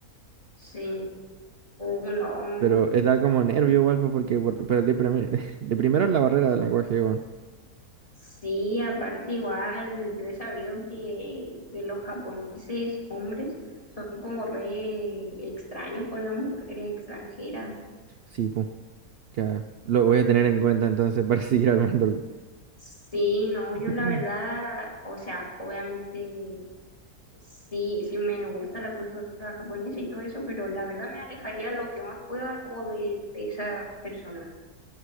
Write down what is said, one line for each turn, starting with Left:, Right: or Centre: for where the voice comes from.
Left: sí, uno.
Right: Pero eh, da como nervio igual, pues porque por- pero de, primi- <laughs> de primero es la barrera del lenguaje, weón.
Left: Sí, aparte igual, yo he sabido que, que los japoneses hombres son como re extraños con las mujeres extranjeras.
Right: Sí, pues, ya. Lo voy a tener en cuenta entonces para <laughs> seguir armándolo.
Left: Sí, no, yo
Right: <clears throat>
Left: la verdad, o sea, obviamente sí, sí me gusta la cultura japonesa y todo eso, pero la verdad me alejaría lo que más pueda como de, de esas personas.